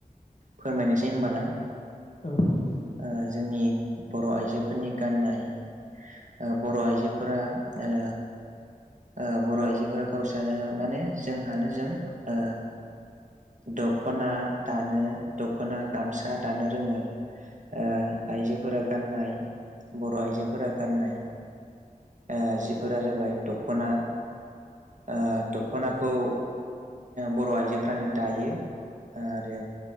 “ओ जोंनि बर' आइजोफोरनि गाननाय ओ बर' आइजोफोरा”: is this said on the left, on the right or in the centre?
Right